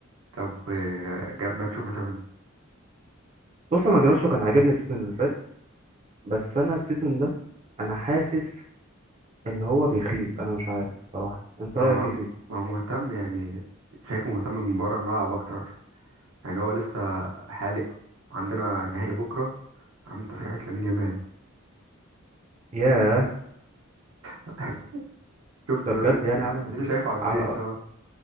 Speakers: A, on the right; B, on the right.
A: طب آه، جرناتشو مثلا
B: بص أنا جرانشو كان عاجبني السيزون اللي فات بس أنا السيزون ده أنا حاسس إن هو بيخيب أنا مش عارف صراحة أنت
A: هو
B: رأيك إيه فيه؟
A: هو مهتم يعني شايفه مهتم من بره الملعب اكتر يعني هو لسه حالق عندنا نهائي بكره عامل تسريحة لامين يامال
B: ياه
A: <laughs> شفته
B: ده بجد
A: لسه
B: يعني عمل
A: لسه شايفه على الفيس
B: عم-
A: اه